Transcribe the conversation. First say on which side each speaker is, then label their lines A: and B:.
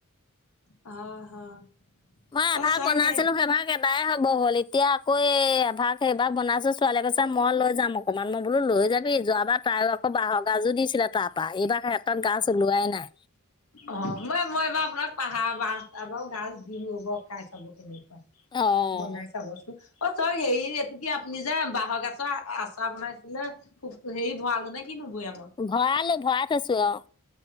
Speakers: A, on the left; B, on the left.
A: হয়, হয়।
B: মই এভাগ
A: অ', চাওক
B: বনাইছিলো
A: এই
B: সেইভাগ এটাই হব হ'ল, এতিয়া আকৌ এ এভাগ সেই বা বনাইছো ছোৱালী কৈছে মই লৈ যাম আও। অকণমান মই বোলো লৈ যাবি, যোৱাবাৰ তাই আকৌ বাঁহৰ গাজো দিছিলে তাৰপা, এইবাৰ হেতত গাজছ ওলোৱাই নাই।
A: অ' মই, ‌ মই এইবাৰ আপোনাক পাহাৰ বা তাৰ গা দিম ৰ'ব খাই চাব কেনেকুৱা,
B: অঁ
A: বনাই চাবচোন অ' চ হেৰি এইটো কি আপুনি যে বহৰ গছৰ আচাৰ বনাইছিলে, খুব হেৰি ভৰালো নে কিনো বৈয়ামত
B: ভৰালো, ভৰা থৈছো আও